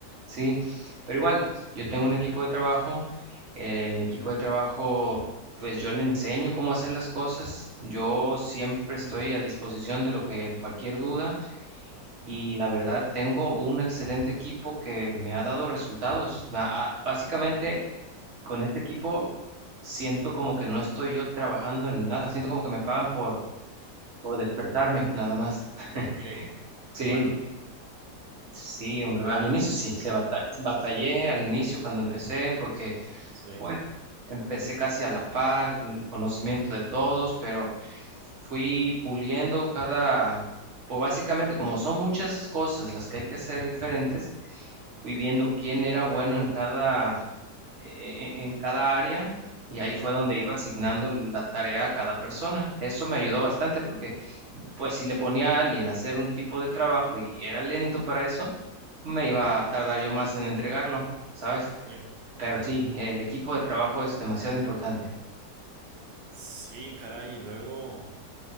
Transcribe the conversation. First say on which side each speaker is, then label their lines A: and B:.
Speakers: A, on the right; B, on the right.
A: sí, pero igual, yo tengo un equipo de trabajo, eh, mi equipo de trabajo, pues yo le enseño cómo hacer las cosas, yo siempre estoy a disposición de lo que cualquier duda y la verdad tengo un excelente equipo que me ha dado resultados. Ma- a- Básicamente con este equipo siento como que no estoy yo trabajando en nada, siento como que me pagan por, por despertarme nada más. <laughs>
B: Ok.
A: Sí,
B: Qué bueno.
A: sí, hombre, al inicio sí, se
B: Que...
A: bata- batallé al inicio cuando empecé porque...
B: Sí,
A: Pues empecé casi a la par, el conocimiento de todos, pero fui puliendo cada, pues básicamente como son muchas cosas las que hay que hacer diferentes, fui viendo quién era bueno en cada, eh, en cada área y ahí fue donde
B: claro.
A: iba asignando la tarea a cada persona. Eso me ayudó bastante porque pues si le ponía a alguien a hacer un tipo de trabajo y era lento para eso, me iba a tardar yo más en entregarlo, ¿sabes?
B: Sí.
A: Pero sí, el equipo de trabajo es demasiado importante.
B: Sí, caray. Y luego,